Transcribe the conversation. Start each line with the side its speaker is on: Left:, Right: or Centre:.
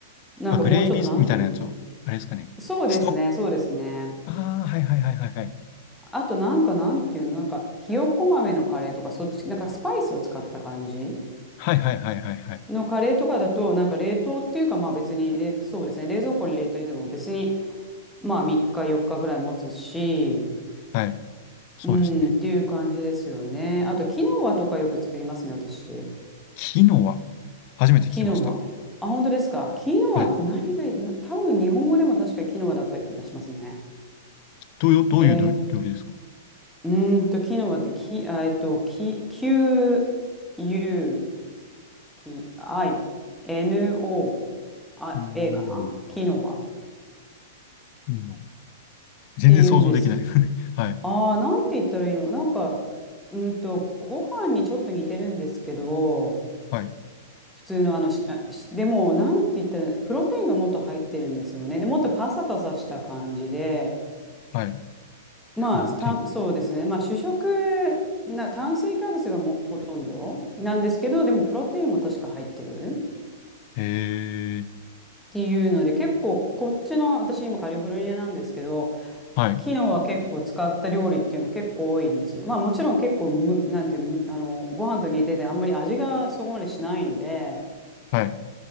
Centre: なんかもうちょっとなんていうのか。
Left: あ、グレイビーみたいなやつを、あれですかね。
Centre: そうですね、
Left: ストッ
Centre: そうですね。
Left: ああ、はいはいはいはいはい。
Centre: あとなんかなんていうの、なんかひよこ豆のカレーとか、そっち、なんかスパイスを使った感じ
Left: はいはいはいはいはい。
Centre: のカレーとかだと、なんか冷凍っていうかまあ別に、えそうですね、冷蔵庫に入れといても別にまあ3日4日ぐらい持つし、
Left: はい。そうですね。
Centre: うん、っていう感じですよね。あと、キノワとかよく作りますね、私。
Left: キノア。初めて聞きました。
Centre: キノワ。あ、本当ですか。キノワって何がいい、
Left: はい。
Centre: な多分日本語でも確かキノワだった気がしますね。
Left: どういう、どういうど料理ですか
Centre: えー、うーんと、キノワってキ、あ、えっと、キ、Q、U、キ、I、N、O、あ、
Left: キノア。
Centre: A かなキノワっ
Left: キノア全然想像できない。
Centre: て言うんですけど、
Left: <laughs> はい。
Centre: ああ、なんて言ったらいいのなんか、うーんと、ご飯にちょっと似てるんですけど、
Left: はい。
Centre: 普通のあのし、あしでも、なんて言ったら、プロテインがもっと入ってるんですよね。で、もっとパサパサした感じで、
Left: はい。
Centre: まあ、
Left: プロテイン。
Centre: た、そうですね。まあ、主食な、炭水化物がもほとんどなんですけど、でも、プロテインも確か入ってる
Left: へえ。
Centre: っていうので、結構、こっちの、私今カリフォルニアなんですけど、
Left: はい。
Centre: 昨日は結構使った料理っていうの結構多いんですよ。まあもちろん結構む、なんていうむあの、ご飯と似ててあんまり味がそこまでしないので、
Left: はい。